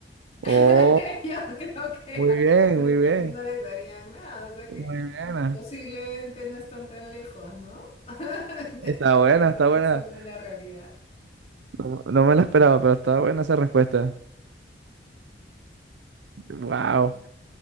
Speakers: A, on the right; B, on the left.
A: Oh,
B: <laughs> Yo creo que
A: muy
B: acá
A: bien,
B: en el
A: muy
B: Perú
A: bien.
B: no les darían nada, o sea que
A: Muy buena.
B: posiblemente no están tan lejos, ¿no? <laughs> No están
A: Está buena,
B: tan lejos
A: está buena.
B: eso de la realidad.
A: No, no me la esperaba, pero está buena esa respuesta. Wow.
B: Bueno,